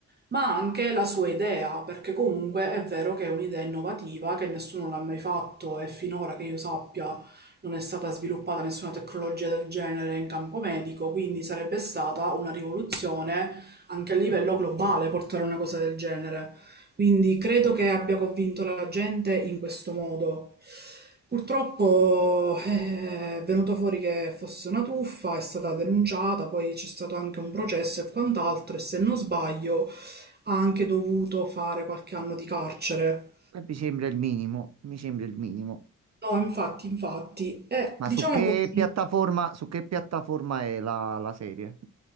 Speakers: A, on the right; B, on the right.
A: ma anche la sua idea, perché comunque è vero che è un'idea innovativa, che nessuno l'ha mai fatto e finora che io sappia non è stata sviluppata nessuna tecnologia del genere in campo medico, quindi sarebbe stata una rivoluzione anche a livello globale portare una cosa del genere. Quindi credo che abbia convinto la gente in questo modo. Purtroppo eh, è venuto fuori che fosse una truffa, è stata denunciata, poi c'è stato anche un processo e quant'altro, e se non sbaglio ha anche dovuto fare qualche anno di carcere.
B: E mi sembra il minimo, mi sembra il minimo.
A: No, infatti, infatti. E
B: Ma
A: diciamo
B: su che
A: così,
B: piattaforma, su che piattaforma è la, la serie?